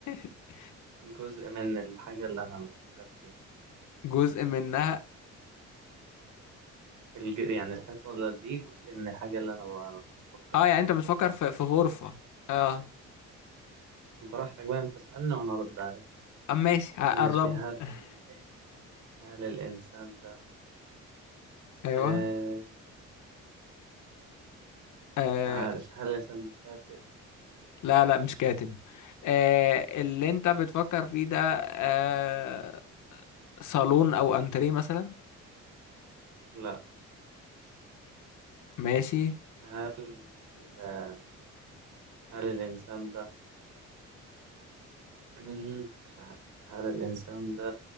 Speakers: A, on the left (about 75°); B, on the right (about 75°).
A: <laughs>
B: جزء من الحاجة اللي أنا بفكر فيها
A: جزء منها
B: الج... يعني الحيطة دي جزء من الحاجة اللي أنا بفكر
A: اه
B: فيها
A: يعني انت بتفكر في في غرفة اه
B: براحتك بقى أنت اسألني وأنا أرد عليك
A: اه ماشي
B: ماشي
A: قربنا
B: هل
A: <laughs>
B: الإن... هل الإنسان ده
A: ايوه
B: آه...
A: آه
B: مش عارف هل الإنسان ده كاتب؟
A: لا لا مش كاتب آه اللي انت بتفكر فيه ده آه صالون او انتريه مثلا
B: لا
A: ماشي
B: هل آه، هل الإنسان ده مم، مش عارف هل الإنسان ده